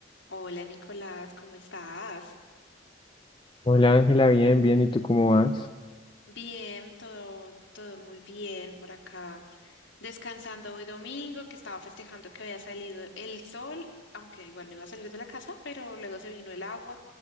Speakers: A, on the left (about 70°); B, on the left (about 25°).
A: Hola Nicolás, ¿cómo estás?
B: Hola Ángela, bien, bien, ¿y tú cómo vas?
A: Bien, todo, todo muy bien por acá. Descansando hoy domingo, que estaba festejando que había salido el sol, aunque igual no iba a salir de la casa, pero luego se vino el agua.